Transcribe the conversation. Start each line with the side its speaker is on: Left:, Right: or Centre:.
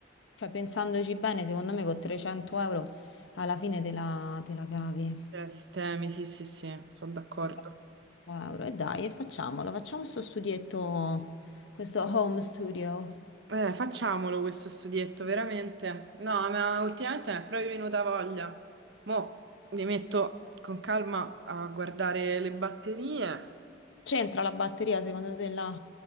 Left: cioè, pensandoci bene, secondo me con 300 euro alla fine te la, te la cavi.
Right: Cioè, sistemi, sì, sì, sì, sono d'accordo.
Left: 300 euro. E dai, e facciamolo, facciamo questo studietto, questo home studio.
Right: Eh, facciamolo questo studietto, veramente. No, ma ultimamente mi è proprio venuta voglia. Mo' mi metto con calma a guardare le batterie.
Left: C'entra la batteria secondo te là?